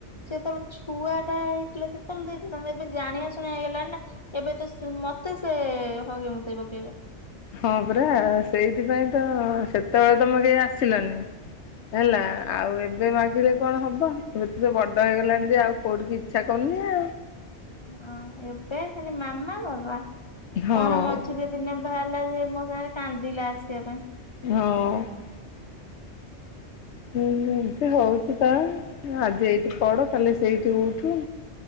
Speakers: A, on the left; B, on the left.
A: ସେ ଯେତେବେଳେ ଛୁଆ ଟା ହେଇଥିଲା ସେତେବେଳେ ଦେଇଥାନ୍ତୁ ଏବେ ଜାଣିଆ ଶୁଣିଆ ହେଇଗଲାଣି ନା ଏବେ ତ ସେ ମତେ ସେ ହଗେଇ ମୁତେଇ ପକେଇବ।
B: ହଁ ପରା ସେଇଥିପାଇଁ ତ ସେତେବେଳେ ତମ କେହି ଆସିଲନି। ହେଲା ଆଉ ଏବେ ମାଗିଲେ କଣ ହବ ଏତ ସେ ବଡ ହେଇଗଲାଣି ଯେ ଆଉ କୋଉଠିକି ଇଚ୍ଛା କରୁନି ଆଉ।
A: ହଁ ଏବେ ଖାଲି ମାମା ବାବା
B: ହଁ।
A: କଣ ମଝିରେ ଦିନେ ବାହାରିଲା ଯେ ମୋ ସାଙ୍ଗରେ କାନ୍ଦିଲା ଆସିବା ପାଇଁ।
B: ହଁ। ହୁଁ ଏମିତି ହଉଚି ପା ଆଜି ଏଇଠି ପଡ କାଲି ସେଇଠି ଉଠୁ।